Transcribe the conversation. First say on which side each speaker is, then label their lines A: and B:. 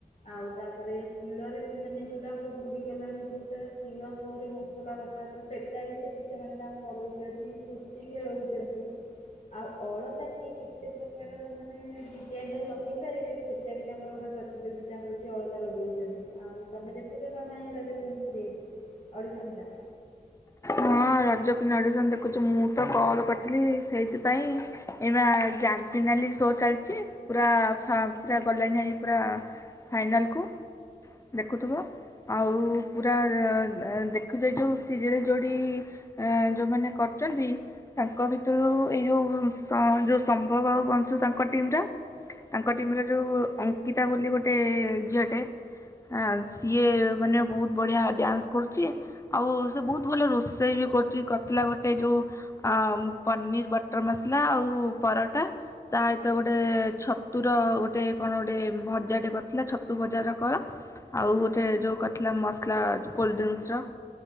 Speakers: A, on the left; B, on the left.
A: ଆଉ ତାପରେ ଶିଳରେ ବି ମାନେ ଯୋଉଟା ଆମର ବୁଡି ଗଲାଣି ଯୋଉଟା ଶିଳ ବହରେ ମସଲା ବ ଟା ତ ସେଟା ବି ସେଠି ସେମାନେ ତାଙ୍କୁ କରାଉଛନ୍ତି, ପୁଚି ଖେଳଉଛନ୍ତି। ଆଉ ଅଳତା କିଏ କେତେ ପ୍ରକାରର ମାନେ ଡି ଜାଇନ୍ ରେ ଲଗେଇ ପାରିବେ ସେଟା ବି ତାଙ୍କର ଗୋଟେ ପ୍ରତିଯୋଗିତା ହେଉଛି ଅଳତା ଲଗାଉଛନ୍ତି ଆଉ। ତମେ ଦେଖୁଛ ନା ନାହିଁ ରଜ କୁଇନ୍ ସିରିଏଲ ଅଡିଶନ ଟା।
B: ହଁ ରଜ କିଇନ୍ ଅଡ଼ିସନ ଦେଖୁଛୁ ମୁଁ ତ କଲ କରିଥିଲି ସେଇଥିପାଇଁ। ଏଇ ବା ଗ୍ରାଣ୍ଡ ଫିନାଲି ସୋ ଚାଲିଛି ପୁରା ଫ ପୁରା ଗଲାଣି ହାରି ପୁରା। ଫାଇନାଲକୁ। ଦେଖୁଥିବ। ଆଉ ପୁରା ଏ ଏ ଦେଖୁଥିବେ ଯୋଉ ସିରିଏଲ୍। ଯୋଉଠି ଏଁ ଯୋଉ ମାନେ କରୁଛନ୍ତି। ତାଙ୍କ ଭିତରୁ ଏଇ ଯୋଉ ସ ଯୋଉ ସମ୍ଭବ ଆଉ ବଂଶୁ ତାଙ୍କ ଟିମ ଟା। ତାଙ୍କ ଟିମ୍ ରେ ଯୋଉ ଅଙ୍କିତା ବୋଲି ଗୋଟେ ଝିଅଟେ। ଆ ସିଏ ମାନେ ବହୁତ ବଢ଼ିଆ ଡ୍ୟାନ୍ସ କରୁଛି ଆଉ ସେ ବହୁତ। ଭଲ ରୋଷେଇ ବି କରିଚି, କରିଥିଲା ଗୋଟେ ଯୋଉ। ଆ ପନିର୍ ବଟର ମସଲା ଆଉ ପରଟା। ତା ସହିତ ଗୋଟେ ଛତୁର ଗୋଟେ କଣ ଗୋଟେ ଭଜା ଟେ କରିଥିଲା ଛତୁ ଭଜା ଯୋଉ କର। ଆଉ ଗୋଟେ ଯୋଉ କରିଥିଲା ମସଲା ଯୋଉ କୋଲ୍ଡ ଡ୍ରିଙ୍କସ୍ ର।